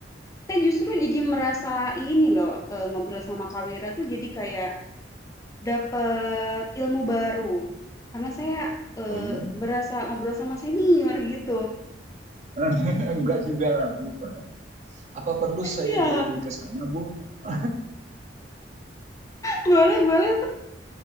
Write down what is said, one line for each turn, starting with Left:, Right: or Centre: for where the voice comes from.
Left: Saya justru jadi merasa ini loh, eee, ngobrol sama Kak Wira tuh jadi kayak dapet ilmu baru. Karena saya, eee,
Right: oh iya
Left: berasa ngobrol sama senior gitu.
Right: <laughs> enggak juga lah Bu apa perlu saya
Left: Iya,
Right: join ke sana Bu oh,
Left: boleh boleh